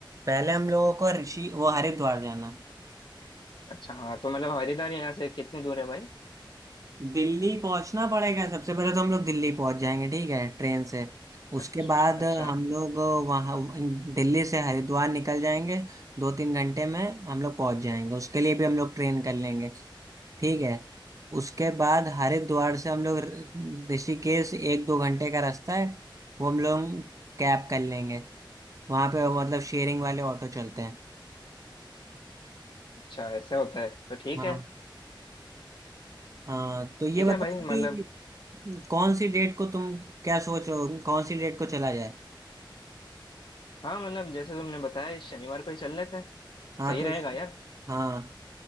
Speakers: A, on the right; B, on the left.
A: पहले हम लोगों को ऋषि वो हरिद्वार जाना है
B: अच्छा हाँ तो मतलब हरिद्वार यहाँ से कितनी दूर है भाई
A: दिल्ली पहुंचना पड़ेगा सबसे पहले तो हम लोग दिल्ली पहुंच जाएंगे ठीक है ट्रेन से उसके
B: अच्छा
A: बाद
B: अच्छा
A: हम लोग वहाँ दिल्ली से हरिद्वार निकल जाएंगे दो तीन घंटे में हम लोग पहुंच जाएंगे उसके लिए भी हम लोग ट्रेन कर लेंगे ठीक है उसके बाद हरिद्वार से हम लोग र- ऋषिकेश एक दो घंटे का रास्ता है वो हम लोग कैब कर लेंगे वहां पे मतलब शेयरिंग वाले ऑटो चलते हैं
B: अच्छा ऐसा होता है तो ठीक
A: हाँ
B: है
A: हाँ तो ये
B: ठीक
A: बताओ
B: है भाई मतलब
A: कि कौन सी डेट को तुम क्या सोच रहे हो कौन सी डेट को चला जाए
B: हाँ मतलब जैसे तुमने बताया इस शनिवार को ही चल लेते हैं
A: हाँ
B: सही
A: तो
B: रहेगा
A: इस-
B: यार
A: हाँ